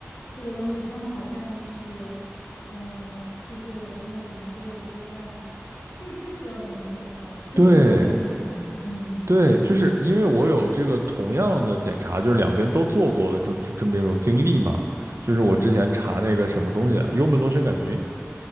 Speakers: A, on the left (about 70°); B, on the right (about 70°).
A: 这个东西他们好像就是，嗯、就是我的那个检查结果出来了，就是确实要等很久了，就是和国内比嘛，
B: 对，
A: 嗯
B: 对，就是因为我有这个同样的检查，就是两边都做过的这这这么一种经历嘛。就是我之前查那个什么东西，
A: 嗯，啊
B: 幽门螺旋杆菌，